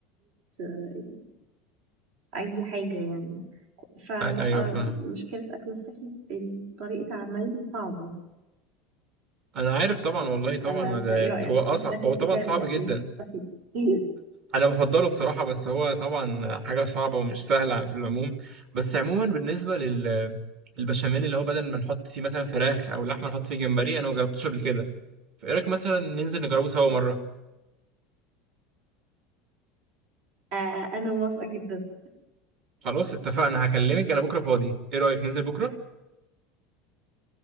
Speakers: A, on the right; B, on the right.
A: آه، اي حاجه يعني فلا
B: أي- ايوه فاهم
A: مشكله اكل الصحي طريقه عمايله صعبه
B: انا عارف طبعا والله طبعا
A: ولا انت
B: ده
A: ايه رايك
B: هو اصعب
A: انت شكلك
B: هو طبعا
A: بتعمل
B: صعب
A: اكل
B: جدا
A: كتير
B: انا بفضله بصراحه بس هو طبعا حاجه صعبه ومش سهله في العموم بس عموما بالنسبه لل البشاميل اللي هو بدل ما نحط فيه مثلا فراخ او لحمه نحط فيه جمبري انا ما جربتوش قبل كده فايه رايك مثلا ننزل نجربه سوا مره
A: آه انا موافقه جدا
B: خلاص اتفقنا هكلمك انا بكره فاضي ايه رايك ننزل بكره